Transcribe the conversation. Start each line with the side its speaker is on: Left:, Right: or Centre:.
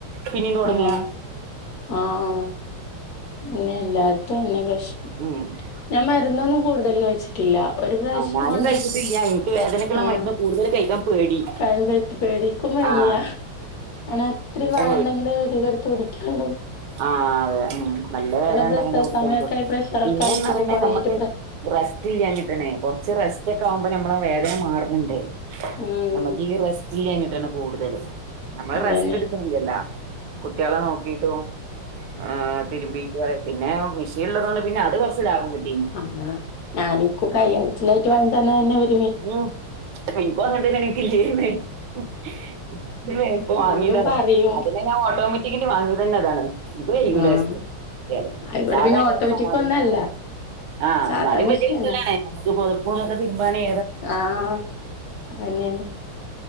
Right: പിന്നിം തൊടങ്ങാ
Left: ആഹ് ആഹ് പിന്നെ എല്ലാര്തും അതന്നെ പ്രശ്നം
Right: <unintelligible>
Left: ഞാൻ മര്ന്നോന്നും കൂടുതല് കഴിച്ച് ട്ടില്ലാ. ഒര് പ്രാവശ്യം
Right: ആ ഞാനും
Left: കൊണ്ട്
Right: കഴിച്ചിട്ടില്ല എനിക്ക് വേദനക്കുള്ള
Left: ആഹ്
Right: മരുന്ന് കൂടുതൽ കഴിക്കാൻ പേടി
Left: <unintelligible> പേടി ക്കും വയ്യ.
Right: ആഹ്
Left: അന് എത്രം
Right: എനിക്ക്
Left: <unintelligible> ണ്ടെങ്കിലേ <unintelligible> ക എടുത്ത് കുടിക്ക്യാള്ളൂ
Right: ആഹ് അതെ ഉം നല്ല വേദന
Left: പ്രസവ
Right: ഒണ്ടാങ്കില്ലോ <unintelligible>
Left: സമയൊക്കെ ആയി പ്രഷറൊക്കെ
Right: പിന്നെ
Left: ആയിട്ട്
Right: ന്നറിഞ്ഞ
Left: ഇപ്പൊ കൊറേയായിട്ട്
Right: നമ്മക്ക്
Left: പ്ര
Right: റെസ്റ്റ് ഇല്ലാഞ്ട്ടണെ കൊറച്ച് റെസ്റ്റ് ഒക്കെ ആവ്മ്പോ ഞമ്മളേ വേദന മാറ്ന്ന്ണ്ടേ.
Left: ഉം
Right: നമ്മക്ക് ഈ റെസ്റ്റ് ഇല്ലാഞ്ഞിട്ടാണ് കൂടുതല്. നമ്മള്
Left: അതന്നെ.
Right: റെസ്റ്റ് എടുക്കണില്ലല്ല. കുട്ടികളെ നോക്കിട്ടും ആഹ് തിരുമ്പിട്ട് പിന്നെ മിഷീൻ ഇള്ളതോണ്ട് പിന്നെ അത് കൊറച്ച് ലാഭം കിട്ട്
Left: ആഹ് ഞാനും കുക്കായും അടിച്ചിലായിട്ട് വാങ്ങി തന്നത് തന്നെ വി
Right: ഉം എനക്കും അങ്ങനെ തന്നെണ് എനിക്ക് എല്ല്നേ <unintelligible> ഇപ്പൊ വാങ്ങിയതാണ്
Left: ഇന്നും പറയും
Right: അതിനെ ഞാൻ ഓട്ടോമാറ്റിക്കന്റെ വാങ്ങിയത് തന്നെ അതാണ്. എനിക്ക് <unintelligible>
Left: ആഹ് ഇവിടെ
Right: സാദാ
Left: പിന്നെ ഓട്ടോമാറ്റിക്
Right: വാങ്ങാതിരുന്നത്
Left: ഒന്നല്ല
Right: അതാ. ആഹ്.
Left: സാധാ
Right: എന്നാലും
Left: മെഷീനാ
Right: വല്യ <unintelligible> നമ്മുക്ക് പൊതപ്പൊക്കൊക്കെ തിരുമ്പാനെ
Left: ആഹ് അത് തന്നെ.